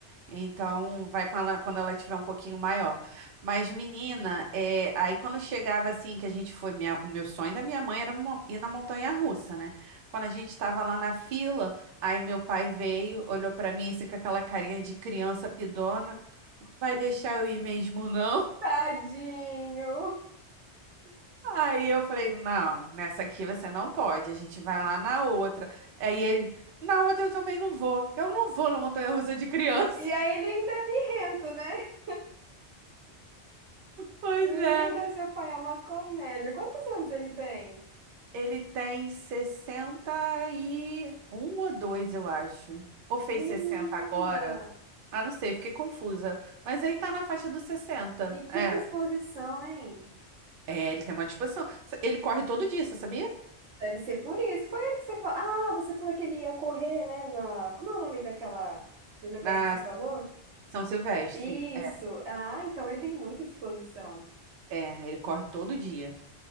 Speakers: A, on the right; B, on the right.
A: Então, vai com ela quando ela tiver um pouquinho maior. Mas, menina, é, aí quando chegava assim, que a gente foi, minha- o meu sonho da minha mãe era uma- ir na montanha-russa, né? Quando a gente estava lá na fila, aí meu pai veio, olhou pra mim assim com aquela carinha de criança pidona, não vai deixar eu ir mesmo, não?
B: Tadinho.
A: <laughs> Aí eu falei, não, nessa aqui você não pode, a gente vai lá na outra. Aí ele, na outra eu também não vou, eu não vou na montanha-russa de criança.
B: E aí
A: <laughs>
B: ele ainda é birrento, né?
A: Pois
B: Menina,
A: é.
B: seu pai é uma comédia. Quantos anos ele tem?
A: Ele tem sessenta e um ou 2, eu acho. Ou fez
B: Menina.
A: 60 agora? Ah, não sei, fiquei confusa. Mas aí tá na faixa dos sessenta,
B: E que
A: É.
B: disposição, hein?
A: É, ele tem uma disposição. Ele corre todo dia, você sabia?
B: Deve ser por isso. Foi ele que você falou. Ah, você falou que ele ia correr, né? Na... Como é o nome daquela... do negócio
A: Na
B: que você falou?
A: São Silvestre.
B: Isso.
A: É,
B: Ah, então ele tem muita disposição.
A: é, ele corre todo dia.